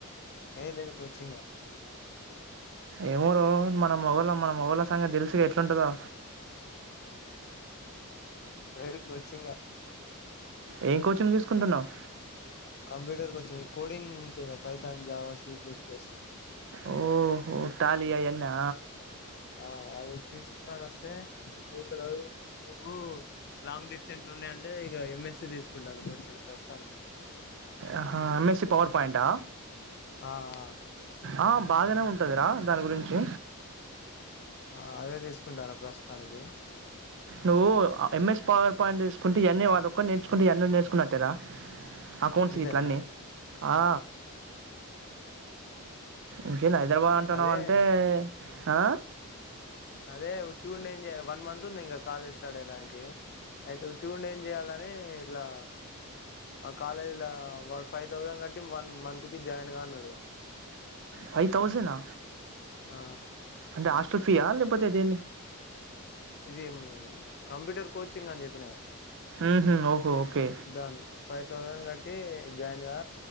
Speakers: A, on the left; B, on the right.
A: ఏ లేదు కోచింగే
B: ఏమో రో మన మొగళ్ళ మన మొగళ్ళ సంగతి తెలుసుగా ఎట్లుంటదో
A: లేదు కొచ్చింగే
B: ఏం కోచింగ్ తీసుకుంటున్నావ్
A: కంప్యూటర్ కోచ్చింగ్ కోడింగ్ ఉంటాయి గా పైతాన్ జావా సీప్లస్ ప్లెస్
B: ఓహో టాలీ అవన్నా
A: అ అవి తీస్కొని వస్తే ఇక్కడ నువ్వు లాంగ్ డిస్టెన్స్లో ఉన్నాయంటే ఇగ ఎంఎస్సి తీసుకుంటాన కోచింగ్ ప్రస్తుతాననికి
B: ఆహా ఎమ్ఎస్సి పవర్ పాయింటా
A: ఆ అ
B: ఆ బాగానే ఉంటందిరా దాని గురించి
A: ఆ అదే తీసుకుంటాన ప్రస్తుతానికి
B: నువ్వు ఎంఎస్ పవర్ పాయింట్ తీసుకుంటే ఇయన్నీ అదొక్కటి నేర్చుకుంటే ఇయ్యన్నీ నేర్చున్నట్టెర అకౌంట్స్
A: అంతేనా
B: గిట్ల అన్ని అ ఆ ఇంకేంది హైదరాబాద్ అంటన్నావ్
A: అదే
B: అంటే ఆ
A: అదే ఉత్తి గుండెంజె వన్ మంత్ ఉంది ఇంగ కాలేజ్ స్టార్ట్ అయడానికి అయితే ఒత్తిగుండి ఏం చేయాలని ఇట్లా ఆ కాలేజ్ల ఫైవ్ థౌజండ్ కట్టి వన్ మంత్ కి జాయిన్ గా అన్నాడు
B: ఫై థౌసనా
A: ఆ
B: అంటే హాస్టల్ ఫీయా లేకపోతే అదేంది
A: ఇదిమ్ కంప్యూటర్ కోచింగ్ అని చెప్పినగా
B: ఊహూ ఓహో ఓకే
A: దాంది ఫైవ్ థౌజండ్ కట్టి జాయిన్ గా